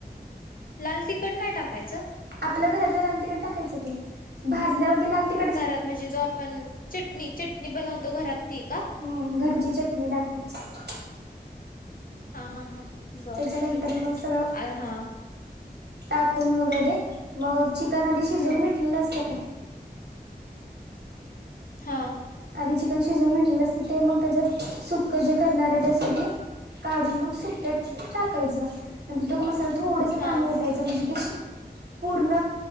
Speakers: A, on the left; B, on the right.
A: लाल तिखट नाही टाकायचं
B: आपल्या घरातलं लाल तिकड टाकायचं ते भाजल्यावरती लाल तिकड
A: घरात म्हणजे जो आपण चटणी चटणी बनवतो घरात ती का
B: हम् घरची चटणी टाकायची
A: हा. हा. हा. बर
B: त्याच्यानंतर
A: ठीक आहे
B: मग सगळ
A: आ हा
B: टाकून वगैरे मग चिकन आधी शिजून
A: हम्म
B: घेतलेलं असत.
A: हा.
B: आधी चिकन शिजून घेतलेलं असतं, ते मग त्याच्यात सुक्क जे करणार आहे. त्यासाठी काढून मग सुक्यात टाकायच आणि तो मसाला थोडस
A: हा
B: पाणी ओत. त्याच म्हणजे ते पूर्ण